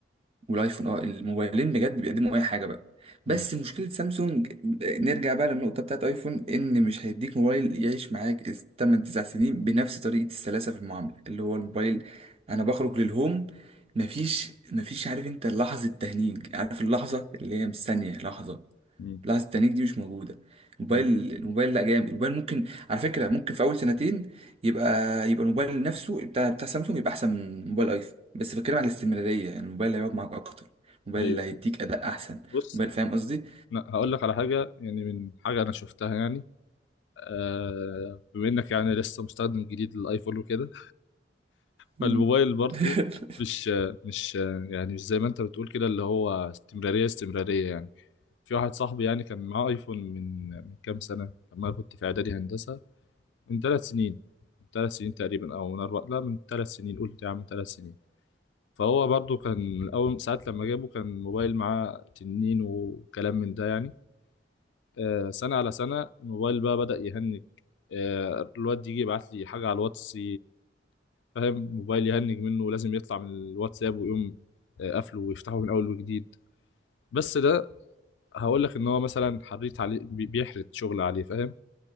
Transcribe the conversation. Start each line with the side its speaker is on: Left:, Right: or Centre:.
Right: والايفون اه الموبايلين بجد بيقدموا اي حاجه بقى
Left: مم.
Right: بس مشكله سامسونج نرجع بقى للنقطه بتاعت ايفون ان مش هيديك موبايل يعيش معاك 8 9 سنين بنفس طريقه السلاسه في المعامله اللي هو الموبايل انا بخرج للهوم مفيش مفيش عارف انت لحظه تهنيج عارف اللحظه اللي هي مش ثانيه لحظه
Left: مم.
Right: لحظة التنيك دي مش موجودة الموبايل
Left: مم.
Right: الموبايل لا جامد الموبايل ممكن على فكرة ممكن في أول سنتين يبقى يبقى الموبايل نفسه بتاع بتاع سامسونج يبقى أحسن من موبايل أيفون بس بتكلم على الاستمرارية يعني الموبايل اللي هيقعد معاك أكتر الموبايل
Left: ايوه
Right: اللي هيديك
Left: ايوه
Right: أداء أحسن
Left: بص
Right: موبايل فاهم قصدي؟
Left: لا هقول لك على حاجة يعني من حاجة انا شفتها يعني آه بما انك يعني لسه مستخدم جديد للايفون وكده
Right: مم.
Left: فالموبايل برضه
Right: <laughs>
Left: مش مش يعني مش زي ما انت بتقول كده اللي هو استمرارية استمرارية يعني في واحد صاحبي يعني كان معاه ايفون من من كام سنة لما أنا كنت في اعدادي هندسة من ثلاث سنين من ثلاث سنين تقريبا او من اربع لا من ثلاث سنين قلت يا عم ثلاث سنين فهو برضه كان من اول ساعة لما جابه كان موبايل معاه تنين وكلام من ده يعني آه، سنة على سنة الموبايل بقى بدأ يهنج آه، الواد يجي يبعت لي حاجة على الواتس فاهم موبايل يهنج منه ولازم يطلع من الواتساب ويقوم آه، قافله ويفتحه من اول وجديد بس ده هقول لك ان هو مثلا حريت عليه بي- بيحرت شغل عليه فاهم